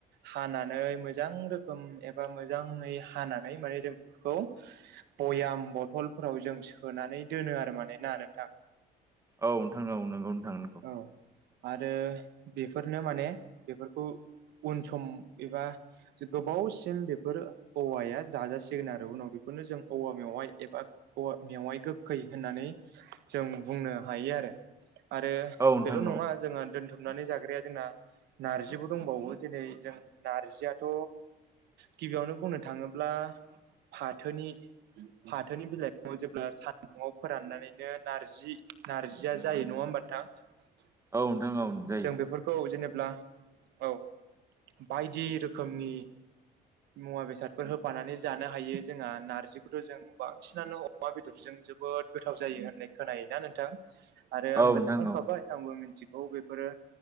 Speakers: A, on the right; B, on the right.
A: हानानै मोजां रोखोम एबा मोजाङै हानानै माने जों बेफोरखौ बयाम बथलफोराव जों सोनानै दोनो आरो, माने ना नोंथां?
B: औ नोंथां औ नंगौ नोंथां नंगौ।
A: औ आरो बेफोरनो माने बेफोरखौ उन सम एबा गोबावसिम बेफोर औवाया जाजासिगोन आरो उनाव बे खौनो जों औवा मेवाइ एबा औवा मेवाइ गोखै होननानै जों बुंनो हायो आरो। आरो
B: औ नोंथां
A: बेल' नङा
B: औ
A: जोंहा दोनथुमनानै जाग्राया जोंना। नार्जिबो दंबावो जेरै जों नारजियाथ' गिबियावनो बुंनो थाङोब्ला फाथोनि फाथोनि बिलाइखौ जेब्ला सान्दुंआव फोराननानैनो नारजि नारजिया जायो नङा होमब नोंथां?
B: औ नोंथां औ जायो।
A: जों बेफोरखौ जेनेब्ला औ बायदि रोखोमनि मुवा बेसादफोर होफानानै जानो हायो जोंहा नारजिखौथ' जों बांसिनानो अमा बेदरजों जोबोद गोथाव जायो होननाय खोनायो ना नोंथां। आरो आंबो
B: औ नोंथां
A: जाखांखाबाय
B: औ
A: आंबो मिथिगौ बेफोरो